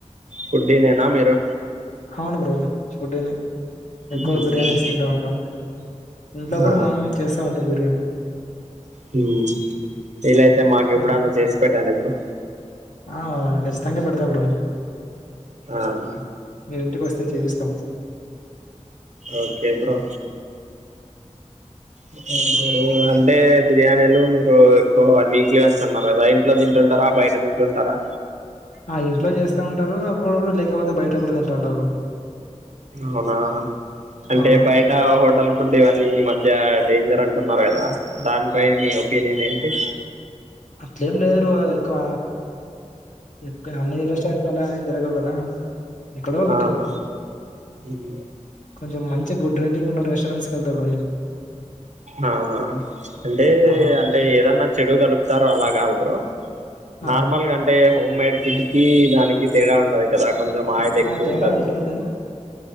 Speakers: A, on the right; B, on the left.
A: ఫుడ్డీ నేనా మీరు
B: అవును బ్రో ఫుడ్డీనేఎక్కువ
A: మ్మ్
B: బిర్యానీస్ తింటా ఉంటా ఇంట్లో
A: ఆ
B: కూడా మామ్మీ చేస్తా ఉంటాదీ బిర్యానీ
A: హు వీలైతే మాకు ఎప్పుడన్నా
B: ఆ!
A: చేసి పెట్టాండి బ్రో
B: ఆ ఖచ్చితంగా పెడుతా బ్రో
A: ఆ హో
B: మీరు ఇంటికి వస్తే చేపిస్తాం
A: ఓకే బ్రో ఇంకేం బ్రో అంటే బిర్యానీలు మీరు ఎక్కువ వీక్లీ వన్స్ ఉన్నారు కదా ఇంట్లో దింటే తింటారా బయట తింటుంటారా
B: ఆ ఇంట్లో చేస్తా ఉంటారు అప్పుడప్పుడు లేకపోతే బయట కూడా తింటాంట బ్రో
A: అవునా అంటే
B: ఆ!
A: బయట హోటల్ బిర్యానీ ఈ మధ్య డేంజర్ అంటున్నారు కదా దానిపై మీ ఒపీనియన్ ఏంటి
B: అట్లేం లేదు బ్రో ఎక్కువ ఇక అన్ని రెస్టారెంట్ లో అలాఎమ్ జరగవు కదా ఎక్కడో ఒకటి
A: ఆవున హు హు
B: కొంచెం మంచి గుడ్ రేటింగ్ ఉన్న రెస్టారెంట్స్ కి వెళ్తా బ్రో నేను
A: ఆ అంటే
B: ఆ!
A: అంటే ఏదన్నా చెడు కలుపుతార అలా కాదు బ్రో నార్మల్
B: ఆ!
A: గా అంటే హోమ్ మైయిడ్ ఫిడ్ కీ దానికి తేడా ఉంటది కదా కొంచెం అయిల్ ఎక్కువ
B: ఆ! తేడా
A: ఉంటాది
B: ఉంటుంది.